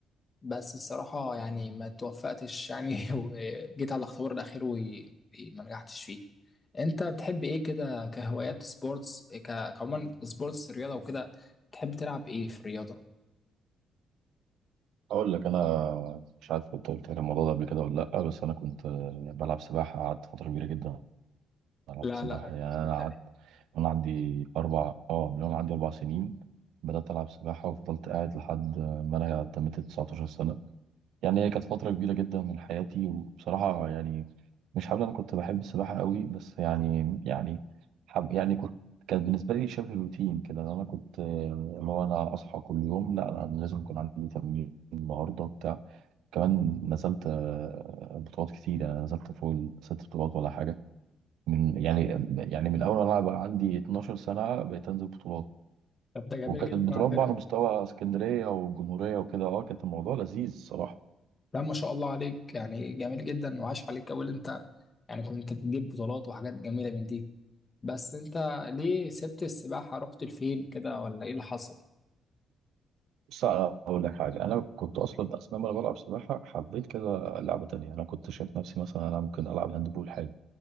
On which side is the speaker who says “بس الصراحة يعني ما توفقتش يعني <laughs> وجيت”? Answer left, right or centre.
Left